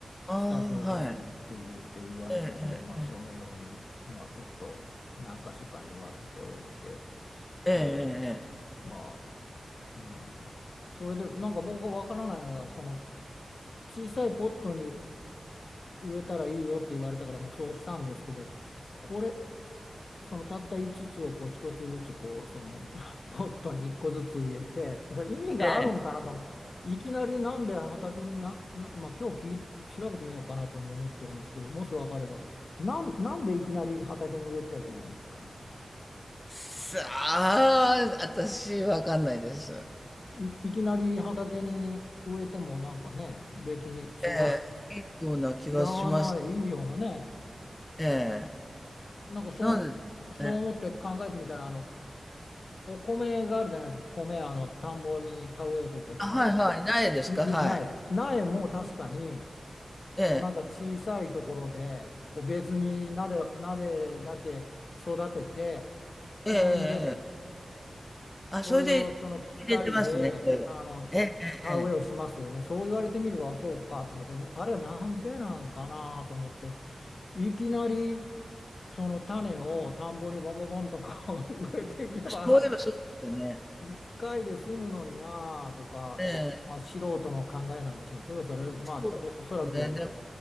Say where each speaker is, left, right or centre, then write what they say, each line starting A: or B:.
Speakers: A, on the left; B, on the left.
A: ああ、
B: した方がいいって言うて言われたんで、
A: はい、ええ、
B: まあ、そのように、まあ、ちょっと何箇所かに分けておいて、
A: ええ、
B: ええ
A: ええ、
B: まあ、うん、それでなんか僕が分からないのがその小さいポットに植えたらいいよって言われたから、まあ、そうしたんですけどこれそのたった5つつをこう1つずつこうその <laughs> ポットに1個ずつ入れてそれ意味があるんかなといきなりなんで畑にな、
A: ええ、ええ
B: な、まあ、今日聞い調べてみようかなとも思ってるんですけどもし分かればなん、なんでいきなり畑に植えちゃいけないんですかねあ
A: さあ、私、わかんないです。
B: れい、いきなり畑に植えてもなんかね別に違う
A: え
B: <laughs>
A: え、いいような気がします。
B: 違わないいいようなね
A: ええ、
B: なんかそう思っそう思って考えてみたらあの
A: なんでですね。
B: お米があるじゃないですか米あの田んぼに田植えをする時の。
A: あ、はい、はい、苗ですかはい。
B: い、い、苗。苗も確かに、
A: ええ、
B: こうなんか小さいところで、こう別に苗、苗だけ育てて、
A: ええ、
B: ほんで、
A: ええ、ええあ、
B: それをその機械で、
A: それで入れてますね、そういえば。
B: あの、
A: ええ、ええ、
B: 田植えをしますよね。
A: ええ
B: そう言われてみればそうかと思って、あれはなんでなんかなと思って、いきなりその種を田んぼにボンボンボンとこう <laughs> 植えていけば、
A: そういえばそうですよね。
B: 一回で済むのになあとか、
A: ええ、
B: まあ、素人の考えなんでしょうけど、それ、まあ、
A: そ
B: たお、おそらく、
A: うですね。